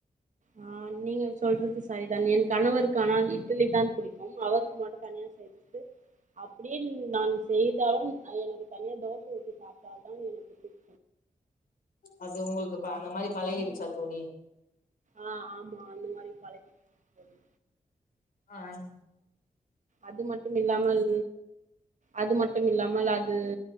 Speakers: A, on the right; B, on the left.
A: ஆ நீங்கள் சொல்றது சரிதான் என் கணவருக்கு ஆனால் இட்டிலி தான் பிடிக்கும் அவருக்கு மட்டும் தனியா செய் எதுக்கு அப்புடியென் நான் செய்தாலும் அ எனக்கு தனியா தோசை ஊத்தி சாப்ட்டால் தான் எனக்கு பிடி
B: அது உங்குளுக்கு இப்ப அந்த மாதிரி பழகிடுச்சா தோழி
A: ஆ ஆமா அந்த மாரி பழகிடுச்சு தோழி
B: ஆன்
A: அது மட்டும் இல்லாமல் அது மட்டும் இல்லாமல் அது